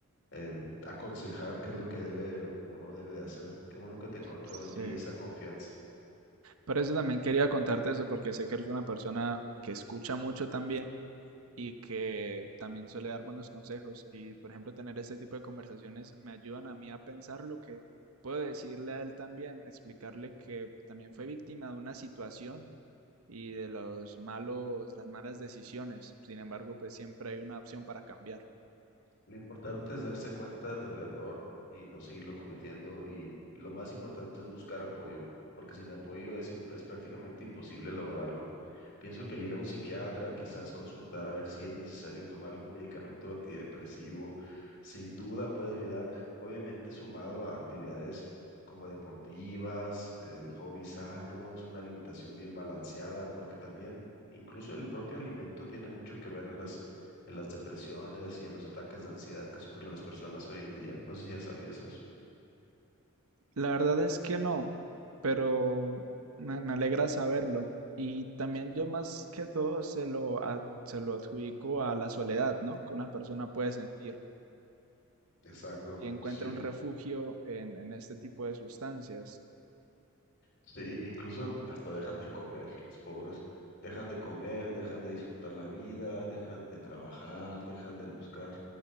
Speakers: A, on the left (about 55°); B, on the right (about 75°).
A: eh, aconsejar qué es lo que debe o no debe de hacer. Qué bueno que te encontró
B: Sí,
A: en ti esa confianza.
B: por eso también quería contarte eso, porque sé que eres una persona que escucha mucho también y que también suele dar buenos consejos. Y, por ejemplo, tener este tipo de conversaciones me ayudan a mí a pensar lo que puedo decirle a él también, explicarle que también fue víctima de una situación y de los malos, las malas decisiones. Sin embargo, pues siempre hay una opción para cambiar.
A: Lo importante es darse cuenta del error y no seguirlo cometiendo y lo más importante es buscar apoyo, porque sin apoyo es, im- es prácticamente imposible lograrlo. Pienso que el ir a un psiquiatra, quizás consultar a ver si es necesario tomar algún medicamento antidepresivo, sin duda puede ayudar, obviamente sumado a actividades como deportivas, eh, hobbies sanos, una alimentación bien balanceada, porque también incluso el propio alimento tiene mucho que ver en las, en las depresiones y en los ataques de ansiedad que sufren las personas hoy en día. No sé si ya sabías eso.
B: La verdad es que no, pero me, me alegra saberlo. Y también yo más que todo se lo, a- se lo adjudico a la soledad, ¿no? Que una persona puede sentir.
A: Exacto,
B: y encuentra
A: sí.
B: un refugio en, en este tipo de sustancias.
A: Sí, incluso hasta dejan de comer, los pobres. Dejan de comer, dejan de disfrutar la vida, dejan de trabajar, dejan de buscar